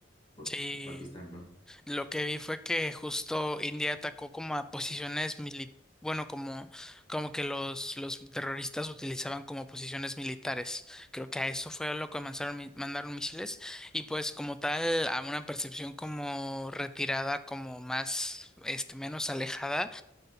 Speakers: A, on the left; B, in the centre.
A: por
B: Sí.
A: a Pakistán, ¿no?
B: Lo que vi fue que justo India atacó como a posiciones mili- bueno, como, como que los, los terroristas utilizaban como posiciones militares. Creo que a eso fue a lo que mandaron, mi- mandaron misiles y pues como tal a una percepción como retirada, como más, este, menos alejada